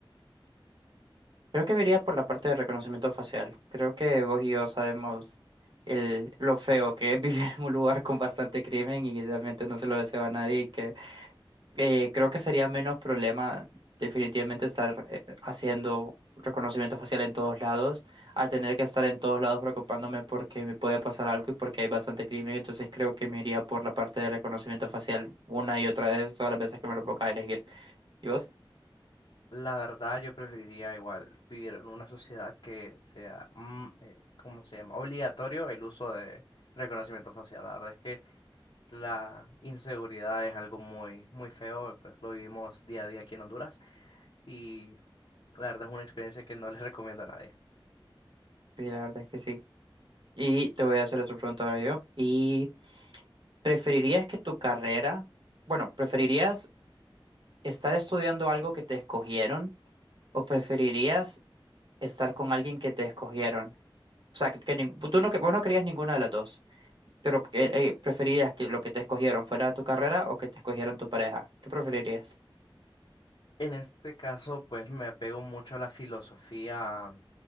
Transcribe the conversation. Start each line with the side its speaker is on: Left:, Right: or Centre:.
Right: Creo que me iría por la parte de reconocimiento facial. Creo que vos y yo sabemos el, lo feo que es <laughs> vivir en un lugar con bastante crimen y realmente no se lo deseo a nadie y que eh, creo que sería menos problema definitivamente estar eh, haciendo reconocimiento facial en todos lados a tener que estar en todos lados preocupándome porque me puede pasar algo y porque hay bastante crimen. Entonces creo que me iría por la parte de reconocimiento facial una y otra vez todas las veces que me lo ponga a elegir. ¿Y vos?
Left: La verdad, yo preferiría igual vivir en una sociedad que sea, mm, eh, ¿cómo se llama? Obligatorio el uso de reconocimiento facial. La verdad es que la inseguridad es algo muy, muy feo, pues lo vivimos día a día aquí en Honduras y la verdad es una experiencia que no les recomiendo a nadie.
Right: Sí, la verdad es que sí. Y te voy a hacer otra pregunta ahora yo. Y ¿Preferirías que tu carrera, bueno, preferirías estar estudiando algo que te escogieron o preferirías estar con alguien que te escogieron? O sea, que, que nin- tú no, que, vos no querías ninguna de las dos, pero que, eh, preferirías que lo que te escogieron fuera tu carrera o que te escogieran tu pareja. ¿Qué preferirías?
Left: En este caso, pues me apego mucho a la filosofía